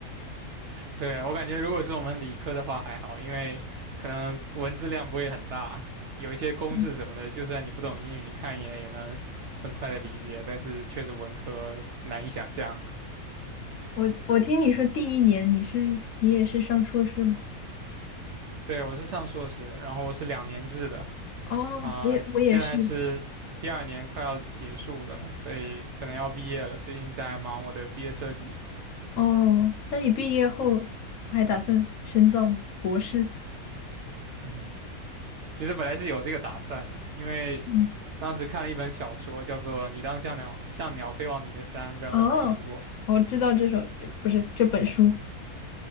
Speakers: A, on the right; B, on the left.
A: 对，我感觉，如果是我们理科的话还好，因为可能文字量不会很大，有一些公式什么的，
B: 嗯，
A: 就算你不懂英语，你看一眼也能很快的理解。但是确实文科难以想象。
B: 我我听你说第一年你是你也是上硕士吗？
A: 对，我是上硕士，然后我是两年制的。
B: 哦，
A: 啊，
B: 我也我也是。
A: 现在是第二年快要结束了，所以可能要毕业了。最近在忙我的毕业设计。
B: 哦，那你毕业后还打算深造吗博士
A: 嗯，其实本来是有这个打算的，因为当时看了一本小说，
B: <laughs>？嗯，
A: 叫做《你当像鸟像鸟飞往你的山》，不知道你有没有听过？
B: 哦，我知道这首，这不是这本书。